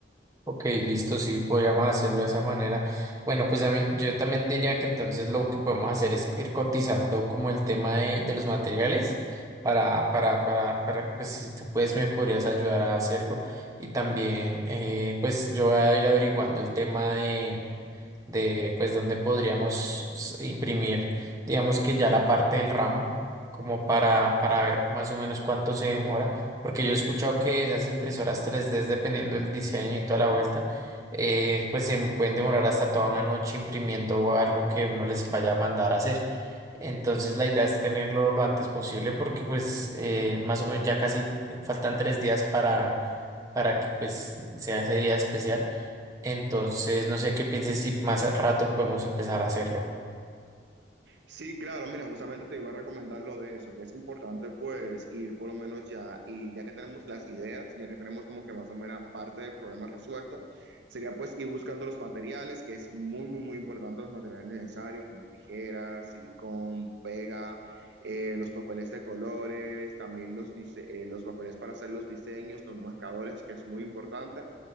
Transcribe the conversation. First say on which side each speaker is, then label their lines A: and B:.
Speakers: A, on the right (about 20°); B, on the right (about 70°).
A: Ok, listo, sí, podríamos hacerlo de esa manera. Bueno, pues a mí, yo también diría que entonces lo que podemos hacer es ir cotizando como el tema de, de los materiales para, para, para, para, pues si tú puedes me podrías ayudar a hacerlo. Y también, eh, pues yo voy a ir averiguando el tema de de pues donde podríamos s- imprimir, digamos que ya la parte del ramo, como para, para ver más o menos cuánto se demora, porque yo he escuchado que esas impresoras 3D, dependiendo del diseño y toda la vuelta, eh, pues se pueden demorar hasta toda una noche imprimiendo algo que uno les vaya a mandar a hacer. Entonces la idea es tenerlo lo antes posible porque pues eh, más o menos ya casi eh, faltan tres días para, para que pues sea ese día especial. Entonces, no sé qué pienses si más rato podemos empezar a hacerlo.
B: Sí, claro, mira, justamente te iba a recomendar lo de eso, que es importante pues ir por lo menos ya, y ya que tenemos las ideas, ya que tenemos como que más o menos parte del problema resuelto, sería pues ir buscando los materiales, que es muy, muy, muy importante los materiales necesarios, como tijeras, silicón, pega, eh, los papeles de colores, también los, dise- eh, los papeles para hacer los diseños, los marcadores, que es muy importante.